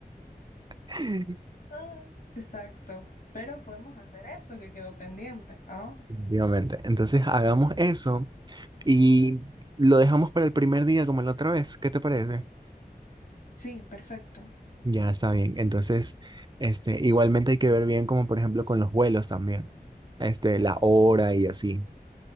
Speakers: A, on the right; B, on the left.
A: <laughs>
B: Ay. Exacto. Pero podemos hacer eso que quedó pendiente. Ah,
A: Definitivamente. Entonces hagamos eso y lo dejamos para el primer día como la otra vez. ¿Qué te parece?
B: sí, perfecto.
A: Ya está bien. Entonces, este, igualmente hay que ver bien como por ejemplo con los vuelos también. Este, la hora y así.